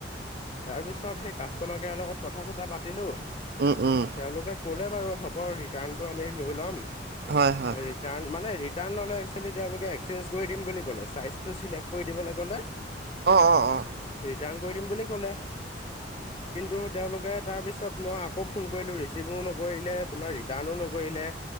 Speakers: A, on the left; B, on the right.
A: তাৰ পিছত সেই কাষ্টমাৰ কেয়াৰ লগত কথা চথা পাতিলো। পাতিলো
B: উম উম
A: তেওলোকে ক'লে বাৰু হ'ব ৰিটাৰ্ণটো আমি লৈ ল'ম।
B: হয় হয়
A: ৰিটাৰ্ণ মানে ৰিটাৰ্ণ ললে। একচোৱেলী তেওলোকে এক্সচেঞ্জ কৰি দিম বুলি ক'লে চাইজটো চিলেক্ট কৰি দিবলে ক'লে।
B: অ - অ।
A: ৰিটাৰ্ণ কৰি দিম বুলি ক'লে কিন্তু তেওলোকে তাৰপিছত তাৰপিছত মই আকৌ ফোন কৰিলো ৰিচিভো নকৰিলে তোমাৰ ৰিটাৰ্ণো নকৰিলে।